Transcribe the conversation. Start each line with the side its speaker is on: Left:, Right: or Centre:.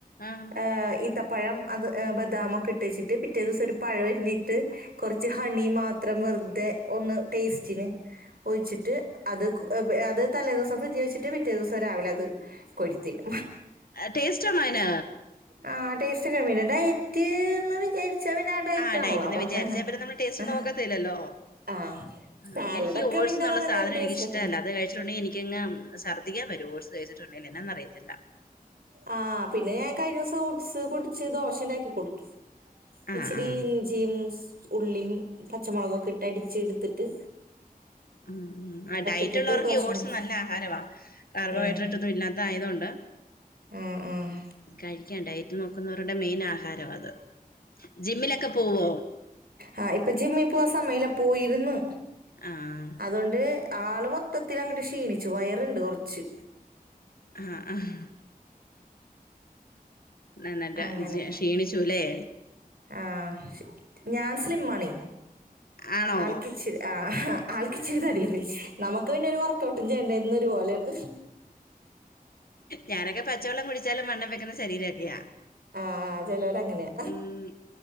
Left: ആഹ്
Right: ഏഹ് ഇ ത്തപ്പഴം അത് എ ബദാമൊക്കെ ഇട്ടേച്ചിട്ട് പിറ്റേ ദിവസം ഒരു പഴ ഇരുന്നിട്ട് കൊർച്ച് ഹണി മാത്രം വെറുതെ ഒന്ന് ടെസ്റ്റ്ന് ഒഴിച്ചിട്ട് അത് കു അത് തലേ ദിവസം ഫ്രിഡ്ജീൽ വെച്ചിട്ട് പിറ്റേ ദിവസം രാവിലെ അത് കോരിത്തിന്ന.
Left: അഹ് ടേസ്റ്റ്ണ്ടോയ്ന?
Right: ആ ടേസ്റ്റ് പിന്നെ ഡയറ്റീന്ന് വിചാരിച്ചാ പിന്നെ ഡയറ്റ്
Left: ആ
Right: ആണല്ലോ
Left: ഡയറ്റിന്ന്
Right: അപ്പൊ
Left: വിചാരിച്ച പിന്നെ നമ്മള് ടെസ്റ്റ് നോക്കത്തില്ലല്ലോ.
Right: ആഹ്
Left: ആ
Right: സാലഡൊക്കെ
Left: എനിക്ക് ഓട്സ്ന്നുള്ള
Right: പിന്നെ നമ്മ
Left: സാധന
Right: എന്ത് ടേസ്റ്റിലക്കണ
Left: എനിക്കിഷ്ടല്ല അത് കഴി ച്ചുണ്ടി എനിക്കങ്ങ് ശർദ്ദിക്കാൻ വരു ഓട്സ് കഴിച്ചിട്ടുണ്ടെങ്കി എന്നാന്നറിയത്തില്ല.
Right: ആ പിന്നെ ഞാൻ കഴിഞ്ഞേസം ഊട്ട്സ് പൊടിച്ച് ദോശ ഇണ്ടാക്കി കൊടുത്തു. ഇച്ചിരി
Left: ആഹ് ആഹ്
Right: ഇഞ്ചിംസ് ഉള്ളിം പച്ച മൊളൊകൊക്കെ ഇട്ട് അടിച്ചിടുത്തിട്ട്
Left: ഉം ആ ഡയറ്റൊള്ളർക്ക്
Right: ഇട്ടിട്ട് ദോശ
Left: ഈ ഓട്സ്
Right: ഉണ്ടാക്കി
Left: നല്ല ആഹാരവാ. കാർബോഹൈഡ്രേറ്റൊന്നു
Right: ഉം
Left: ഇല്ലാ ത്തായതോണ്ട്
Right: ആഹ് ആഹ്
Left: കഴിയ്ക്കാ ഡയറ്റ് നോക്കുന്നോരുടെ മെയിൻ ആഹാരം അത്. ജിമ്മിലക്കെ പോവോ?
Right: ആ ഇപ്പ ജിമ്മിപ്പോവാ സമയല്ല പോയിരുന്നു
Left: ആഹ്
Right: അതോണ്ട് ആള് മൊത്തത്തിൽ അങ്ങ്ട്ട് ക്ഷീണിച്ചു വയറ്ണ്ട് കൊറച്ച്
Left: ആഹ് അഹ് ന്നന്നട്ട്
Right: അങ്ങനെ
Left: ജ് ക്ഷീണിച്ചൂലെ?
Right: ആഹ് ഞാൻ സ്ലിംമാണെയ്
Left: ആണോ
Right: ആൾക്കിച്ചിരി ആഹ് ആൾക്കിച്ചിരി തടിയിണ്ട് നമുക്ക് പിന്നൊര് വർക്കൗട്ടും ചെയ്യേണ്ട എന്നൊരു പോലേണ്.
Left: ഞാനൊക്കെ പച്ചവെള്ളം കുടിച്ചാലും വണ്ണം വെക്കുന്ന ശരീരക്കെയാ.
Right: ആ ഹാ ചെലോരങ്ങനെയ.
Left: ഉം